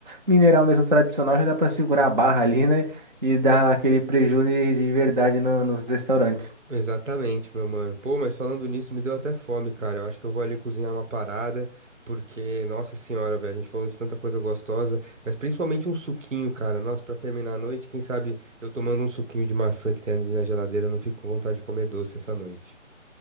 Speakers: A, on the right; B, on the right.
A: mineral mesmo tradicional já dá para segurar a barra ali, né? E dar aquele prejuízo de verdade no- nos restaurantes.
B: Exatamente, meu mano. Pô, mas falando nisso, me deu até fome, cara. Eu acho que eu vou ali cozinhar uma parada, porque, nossa senhora, velho, a gente falou de tanta coisa gostosa, mas principalmente um suquinho, cara. Nossa, pra terminar a noite, quem sabe eu tomando um suquinho de maçã que tem ali na geladeira, eu não fico com vontade de comer doce essa noite.